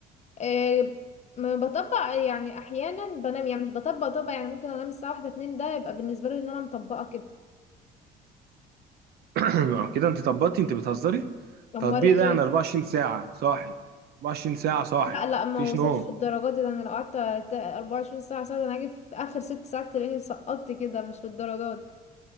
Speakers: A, on the left; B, on the right.
A: إيه ما بطبق يعني احيانا بنام يعني مش بطبق طبق يعني ممكن انام الساعه واحدة اتنين ده يبقى بالنسبه لي ان انا مطبقه كده
B: <coughs> <clears throat> آه، كده انت طبقتي انت بتهزري التطبيق
A: امال ايه
B: ده يعني 24 ساعة صاحي 24 ساعة صاحي
A: لا لا ما
B: مفيش
A: وصلش
B: نوم
A: الدرجات دي ده انا لو قعدت تا- 24 ساعه ساعه ده انا هاجي في اخر ست ساعات تلاقيني سقطت كده مش للدرجات